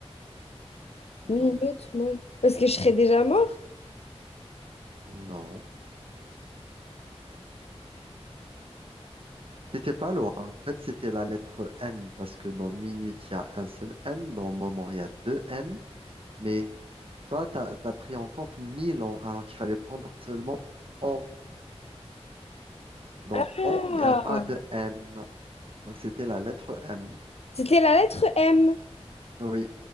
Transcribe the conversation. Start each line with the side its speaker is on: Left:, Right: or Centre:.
Right: non,
Left: Minute, moment. Parce que je serais déjà mort.
Right: non. C'était pas loin. En fait, c'était la lettre M parce que dans minute, il y a un seul M. Dans moment, il y a deux M. Mais toi, t'as, t'as pris en compte 1000 ans alors qu'il fallait prendre seulement on. Dans
Left: Ah,
Right: on, il n'y a pas de M. Donc, c'était la lettre M.
Left: c'était la lettre M.
Right: Oui,